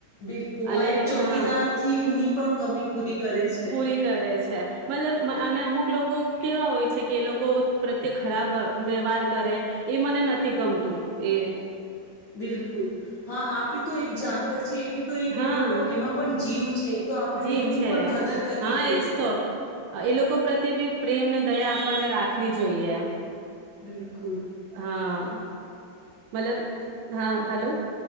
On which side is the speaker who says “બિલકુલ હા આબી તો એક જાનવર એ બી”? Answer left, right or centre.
Left